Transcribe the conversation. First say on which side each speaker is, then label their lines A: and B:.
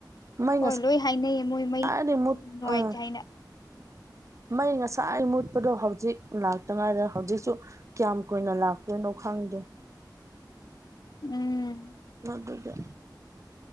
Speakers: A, on the right; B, on the left.
A: ꯃꯩ
B: ꯍꯣꯏ ꯂꯣꯏ ꯍꯥꯏꯅꯩꯌꯦ ꯃꯣꯏ
A: ꯉꯁꯥꯏꯗꯩ
B: ꯃꯩ
A: ꯃꯨꯠ
B: ꯅꯨꯡꯉꯥꯏꯇꯦ
A: ꯑꯥ
B: ꯍꯥꯏꯅ
A: ꯃꯩ ꯉꯁꯥꯏ ꯃꯨꯠꯄꯗꯣ ꯍꯧꯖꯤꯛ ꯂꯥꯛꯇꯉꯥꯏꯔꯦ ꯍꯧꯖꯤꯛꯁꯨ ꯀ꯭ꯌꯥꯝ ꯀꯨꯏꯅ ꯂꯥꯛꯇꯣꯏꯅꯣ ꯈꯪꯗꯦ
B: ꯎꯝ
A: ꯃꯗꯨꯗꯤ